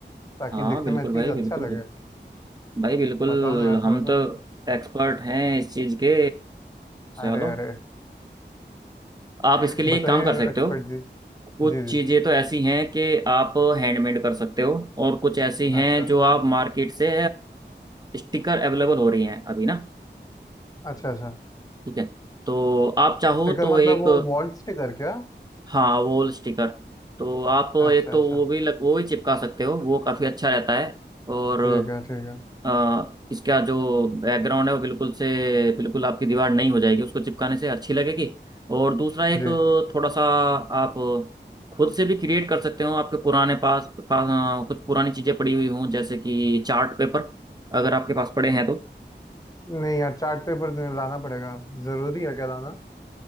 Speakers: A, on the left; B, on the right.
A: ताकि
B: हाँ
A: दिखने
B: बिल्कुल
A: में एटलीस्ट
B: भाई बिल्कुल
A: अच्छा लगे
B: बिल्कुल भाई बिल्कुल
A: बताओ ना यार थोड़ा
B: हम तो
A: सा
B: एक्सपर्ट हैं इस चीज़ के
A: अरे
B: चलो
A: अरे
B: आप
A: <laughs>
B: इसके लिए
A: बताइए
B: एक काम कर सकते
A: एक्सपर्ट
B: हो
A: जी
B: कुछ
A: जी जी
B: चीजें तो ऐसी हैं कि आप हैंडमेड कर सकते हो और कुछ ऐसी हैं
A: अच्छा
B: जो आप मार्केट से स्टिकर अवेलेबल हो रही हैं अभी ना
A: अच्छा अच्छा
B: ठीक है तो आप चाहो
A: स्टिकर
B: तो
A: मतलब
B: एक
A: वो वॉल स्टिकर क्या
B: हाँ वॉल स्टिकर तो आप
A: अच्छा
B: एक तो
A: अच्छा
B: वो भी लग, वो भी चिपका सकते हो वो काफी अच्छा रहता है और
A: ठीक है ठीक है
B: अ, इसका जो बैकग्राउंड है वो बिल्कुल से बिल्कुल आपकी दीवार नहीं हो जाएगी उसको चिपकाने से अच्छी लगेगी और दूसरा एक
A: जी
B: थोड़ा सा आप खुद से भी क्रिएट कर सकते हो आपके पुराने पास पास अ, कुछ पुरानी चीज़ें पड़ी हुई हों जैसे कि चार्ट पेपर अगर आपके पास पड़े हैं तो
A: नहीं यार चार्ट पेपर तुम्हें लाना पड़ेगा जरूरी है क्या लाना